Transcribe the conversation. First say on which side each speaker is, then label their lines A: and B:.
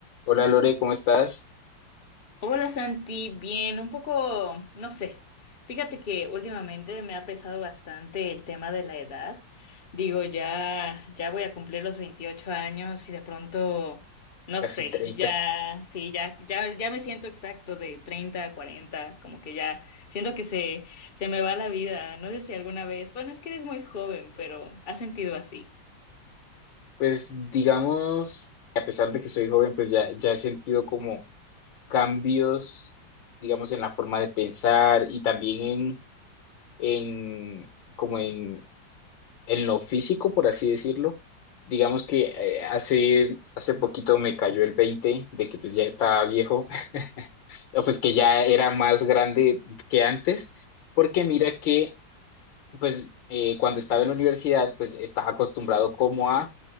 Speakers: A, on the left; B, on the left.
A: Hola Lore, ¿cómo estás?
B: Hola Santi, bien, un poco, no sé. Fíjate que últimamente me ha pesado bastante el tema de la edad. Digo, ya, ya voy a cumplir los 28 años y de pronto, no
A: Casi
B: sé,
A: treinta,
B: ya, sí, ya, ya, ya me siento exacto de 30, a 40, como que ya siento que se, se me va la vida. No sé si alguna vez, bueno, es que eres muy joven, pero ¿has sentido así?
A: Pues digamos, a pesar de que soy joven, pues ya, ya he sentido como cambios, digamos, en la forma de pensar y también en, en como en, en lo físico, por así decirlo. Digamos que eh, hace, hace poquito me cayó el 20 de que pues ya estaba viejo, <laughs> o pues que ya era más grande que antes, porque mira que pues eh, cuando estaba en la universidad, pues estaba acostumbrado como a